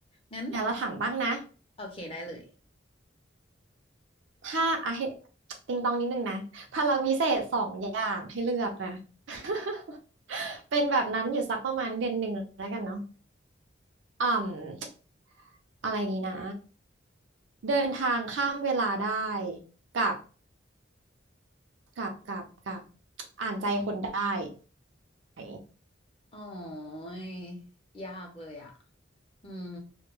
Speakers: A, on the left; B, on the right.
A: งั้น
B: เดี๋ยวเราถามบ้างนะ
A: โอเคได้เลย
B: ถ้าอ่ะให้ติงตองนิดนึงนะพลังวิเศษสองอย่างให้เลือกนะ <laughs> เป็นแบบนั้นอยู่สักประมาณเดือนหนึ่งแล้วกันเนาะ อ่ำอะไรดีนะเดินทางข้ามเวลาได้กับกับกับกับอ่านใจคนได้ <laughs> ไหน
A: อ๋อยยากเลยอ่ะอืม